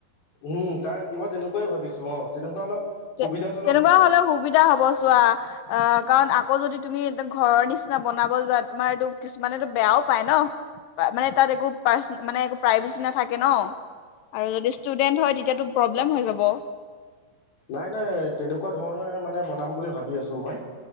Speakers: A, on the left; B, on the left.
A: উম কাৰণ মই তেনেকুৱাই ভাবিছো অ তেনেকুৱা অলপ
B: তে
A: সুবিধাজনক
B: তেনেকুৱা
A: হ'ব
B: হ'লে সুবিধা হব চোৱা আহ কাৰণ আকৌ যদি তুমি ঘৰৰ নিচিনা বনাব যোৱা তোমাৰ এইটো কিছুমানেটো বেয়াও পায় ন মানে তাত একো পাৰচে মানে একো প্ৰাইভেচি নাথাকে থাকে ন আৰু ন ষ্টুডেন্ট হয় তেতিয়াটো প্ৰব্লেম হৈ যাব
A: নাই নাই তেনেকুৱা ধৰণে মানে বনাম বুলি ভাবি আছো মই